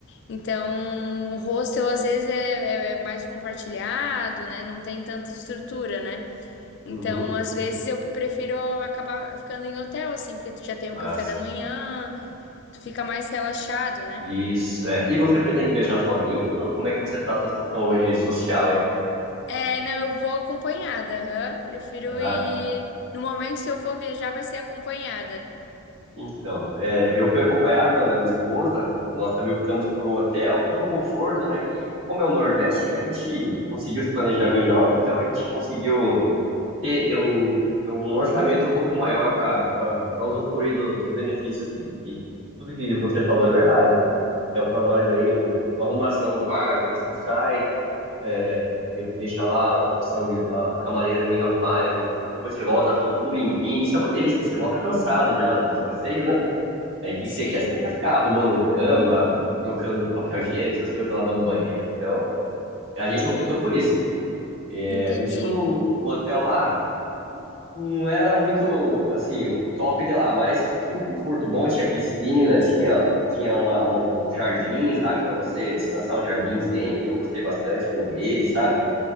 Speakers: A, on the left; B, on the right.
A: Então, o hostel às vezes é, é- é mais compartilhado, né? Não tem tanta estrutura, né? Então,
B: Uhum,
A: às vezes eu prefiro acabar ficando em hotel, assim, porque tu já tem
B: massa.
A: o café da manhã, tu fica mais relaxado, né?
B: Isso, é. E você pretende viajar sozinho? Ou como é que você está a sua situação hoje social, hein?
A: É, não, eu vou acompanhada, aham. Prefiro
B: Ah,
A: ir.
B: tá.
A: No momento, se eu for viajar, vai ser acompanhada.
B: Então, é, eu fui acompanhado da minha esposa, nós também optamos por um hotel, pelo conforto, né? E como é o Nordeste, a gente conseguiu se planejar melhor, então a gente conseguiu ter é um, é um orçamento um pouco maior para para usufruir do- dos benefícios que, que tudo que você falou é verdade. Hotel para nós aí, com, com arrumação no quarto, né? Você sai, é, de- deixa lá a opção de, da camareira vir arrumar, e depois você volta, tá tudo limpinho. Isso é uma delícia, você volta cansado já dos passeios, né? Aí o que,
A: Sim,
B: que você quer? Você não quer ficar arrumando cama, trocando papel higiênico, essas coisas, lavando banheiro. Então, a gente optou por isso. É,
A: entendi.
B: a gente ficou no, no no hotel lá não era muito, assim, o top de lá, mas tinha um conforto bom, tinha piscina, tinha, tinha uma, uma- um jardim, sabe, para você descansar, um jardim zen, eu gostei bastante, com rede, sabe,